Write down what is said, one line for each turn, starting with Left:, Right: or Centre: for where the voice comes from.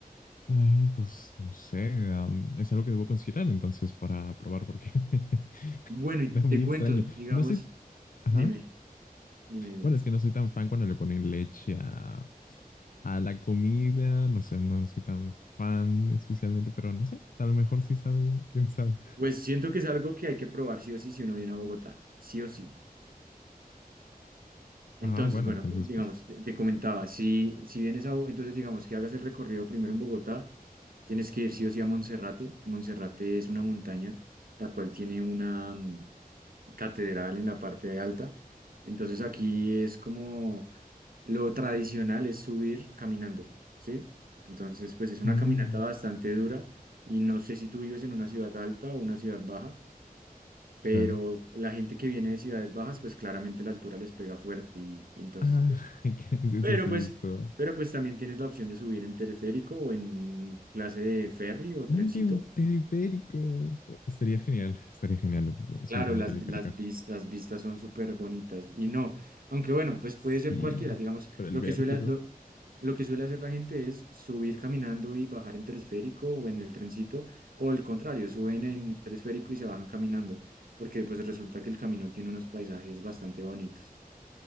Left: Ah, pues no sé, am, es algo que debo considerar entonces para probar porque <laughs>
Right: Bueno, y
Left: suena
Right: te
Left: muy
Right: cuento,
Left: extraño.
Right: digamos,
Left: No soy, ajá,
Right: dime, dime, dime.
Left: bueno, es que no soy tan fan cuando le ponen leche a, a la comida, no sé, no soy tan fan especialmente, pero no sé, a lo mejor sí sabe bien, quién sabe.
Right: Pues siento que es algo que hay que probar sí o sí si uno viene a Bogotá, sí o sí. Entonces,
Left: Ah, bueno,
Right: bueno,
Left: entonces
Right: digamos,
Left: pues,
Right: te, te comentaba, si, si vienes a, Bo- entonces digamos que hagas el recorrido primero en Bogotá, tienes que ir sí o sí a Monserrate. Monserrate es una montaña, la cual tiene una mm, catedral en la parte de alta. Entonces aquí es como lo tradicional es subir caminando, ¿sí? Entonces, pues es una
Left: mm,
Right: caminata bastante dura y no sé si tú vives en una ciudad alta o una ciudad baja, pero
Left: claro.
Right: la gente que viene de ciudades bajas, pues claramente la altura les pega fuerte y, y entonces,
Left: Ah,
Right: pues
Left: <laughs> que
Right: pero
Left: eso sí
Right: pues,
Left: he visto.
Right: pero pues también tienes la opción de subir en teleférico o en un clase de ferry o trencito.
Left: Oye, un teleférico. Estaría genial, estaría genial subirme
Right: Claro, las,
Left: a un teleférico.
Right: las vistas, vistas son súper bonitas. Y no, aunque bueno, pues
Left: Sí,
Right: puede ser cualquiera. Digamos,
Left: pero
Right: lo
Left: el vértigo.
Right: que suele, lo, lo que suele hacer la gente es subir caminando y bajar en teleférico o en el trencito, o el contrario, suben en el teleférico y se bajan caminando, porque pues resulta que el camino tiene unos paisajes bastante bonitos.